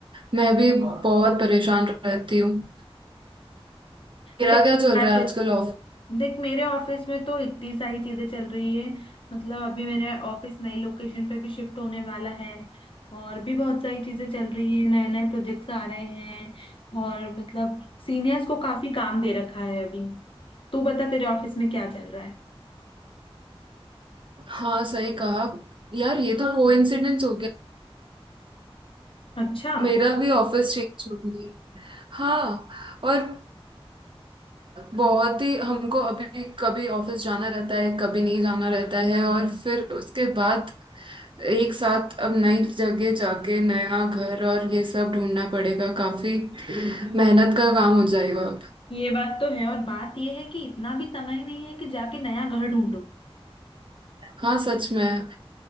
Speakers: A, on the right; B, on the left.
A: मैं भी बहुत परेशान रहती हूँ तेरा
B: क्या
A: क्या
B: बात
A: चल रहा है
B: है
A: आजकल ऑफिस
B: देख मेरे ऑफिस में तो इतनी सारी चीजें चल रही है मतलब अभी मेरे ऑफिस नई लोकेशन पे भी शिफ्ट होने वाला है और भी बहुत सारी चीजें चल रही है नए नए प्रोजेक्ट्स आ रहे हैं और मतलब सीनियर्स को काफी काम दे रखा है अभी तू बता तेरे ऑफिस में क्या चल रहा है
A: हाँ सही कहा यार ये तो कोइंसिडेंस हो गया
B: अच्छा
A: मेरा भी ऑफिस चेंज हो गई हाँ और बहुत ही हमको अभी कभी ऑफिस जाना रहता है कभी नहीं जाना रहता है और फिर उसके बाद एक साथ अब नई जगह जाके नया घर और ये सब ढूंढना पड़ेगा काफी मेहनत का काम हो जाएगा
B: ये बात तो है और बात ये है कि इतना भी समय नहीं है कि जाके नया घर ढूंढो
A: हाँ सच में